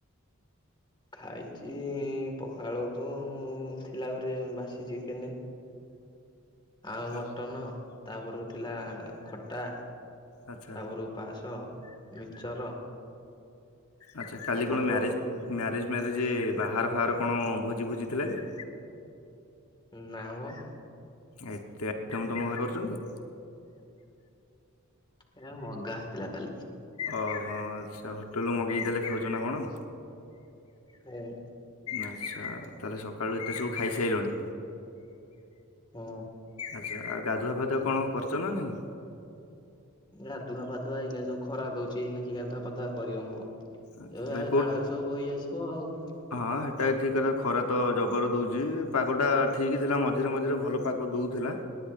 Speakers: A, on the left (about 20°); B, on the left (about 85°).
A: ଖାଇଚି-ଇ-ଇ ପଖାଳକୁ-ଉ-ଉ ଥିଲା ଘରେ ବାସି ଚିକେନେ। ଆଉ ମଟନ
B: ଆ-
A: ତାପରକୁ ଥିଲା ଖଟା।
B: ଆଚ୍ଛା
A: ତାପରକୁ ପାସ ମିଚର।
B: ଆଚ୍ଛା କାଲି
A: ଆଉ ପୋଟଳ
B: କଣ ମ୍ୟାରେଜ୍, ମ୍ୟାରେଜ୍-ମ୍ୟାରେଜେ-ଏ-ଏ ବାହାରଘର ଫାହାଘର କଣ ଭୋଜି ଫୋଜି ଥିଲା କି?
A: ନାଁ ମ।
B: ଆ ଏତେ ଆଇଟମ୍ ତମ ଘରେ କରିଚନ୍ତି?
A: ଏରା ମଗା ହେଇଥିଲା କାଲି।
B: ଓହୋ ଆଚ୍ଛା ହୋଟେଲରୁ ମଗେଇ ତାହେଲେ ଖାଉଚ ନା କଣ?
A: ହୁଁ।
B: ଆଚ୍ଛା ତାହେଲେ ସକାଳୁ ଏତେ ସବୁ ଖାଇସାଇଲଣି?
A: ହୁଁ।
B: ଆଚ୍ଛା ଆଉ ଗାଧୁଆ ଫାଧୁଆ କଣ କରିଚ ନାଁ ନାଇଁ?
A: ଗାଧୁଆ ଫାଧୁଆ ଏଇନା ଯୋଉ ଖରା ଦଉଚି ଏଇନା କିଏ ଗାଧୁଆ ଫାଧୁଆ କରିବ ମ। ଏ
B: ଆଚ୍ଛା ଭାଇ କୋଉଠି
A: ଝାଳରେ ସବୁ ବୋହି ଆସିବ ଆଉ।
B: ହଁ ହେଟା ଠିକ୍ କଥା ଖରା ତ ଜବର ଦଉଚି ପାଗଟା ଠିକ୍ ଥିଲା ମଝିରେ ମଝିରେ ଭଲ ପାଗ ଦଉଥିଲା